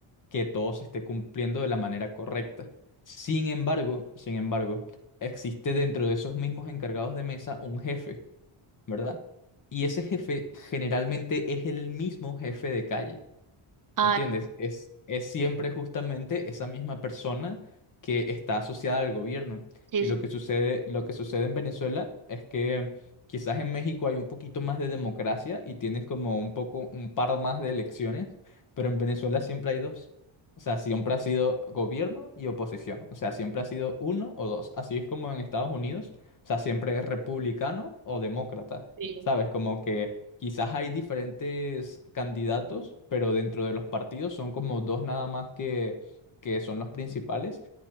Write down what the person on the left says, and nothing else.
que todo se esté cumpliendo de la manera correcta. Sin embargo, sin embargo, existe dentro de esos mismos encargados de mesa un jefe ¿verdad? Y ese jefe generalmente es el mismo jefe de calle.
¿Entiendes? Es, es siempre justamente esa misma persona que está asociada al gobierno.
Y
lo
que sucede, lo que sucede en Venezuela es que quizás en México hay un poquito más de democracia y tienes como un poco, un par más de elecciones, pero en Venezuela siempre hay dos. O sea, siempre ha sido gobierno y oposición. O sea, siempre ha sido uno o dos. Así es como en Estados Unidos. O sea, siempre es republicano o demócrata.
¿Sabes? Como que Quizás hay diferentes candidatos, pero dentro de los partidos son como dos nada más que, que son los principales.